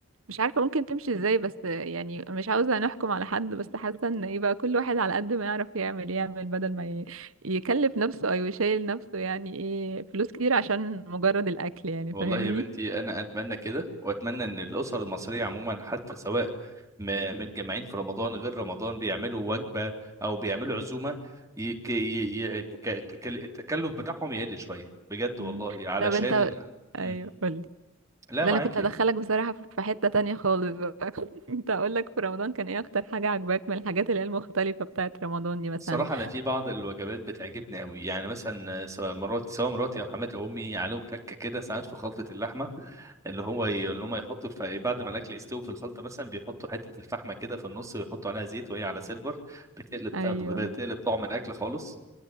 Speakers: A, on the right; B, on the right.
A: مش عارفة ممكن تمشي ازاي بس يعني مش عاوزة نحكم على حد بس حاسة ان يبقى كل واحد على قد ما يعرف يعمل يعمل بدل ما ي- يكلف نفسه او يشيل نفسه يعني ايه فلوس كتير عشان مجرد الاكل يعني
B: والله
A: فاهمني
B: يا بنتي انا اتمنى كده واتمنى ان الاسر المصريه عموما حتى سواء م- متجمعين في رمضان غير رمضان بيعملوا وجبه او بيعملوا عزومه يك... ي... ي... التك- التكل- التكلف بتاعهم يقل شويه بجد
A: مم.
B: والله علشان
A: طب انت
B: ال... مم.
A: ايوه قولي
B: لا
A: لا
B: معاك
A: انا كنت هدخلك
B: يعني.
A: بصراحة في حتة تانية خالص بقى <laughs> كنت هقول لك في رمضان كان ايه اكتر حاجة عجباك من الحاجات اللي هي المختلفة بتاعت رمضان دي مثلا
B: الصراحة أنا في بعض الوجبات بتعجبني أوي يعني مثلا سواء مراتي سواء مراتي أو حماتي أو أمي عليهم تكة كده ساعات في خلطة اللحمة اللي هو ي- اللي هم يحطوا الف... بعد ما الأكل يستوي في الخلطة مثلا بيحطوا حتة الفحمة كده في النص ويحطوا عليها زيت وهي على سيلفر بتقلب
A: ايوه
B: بتقلب طعم الأكل خالص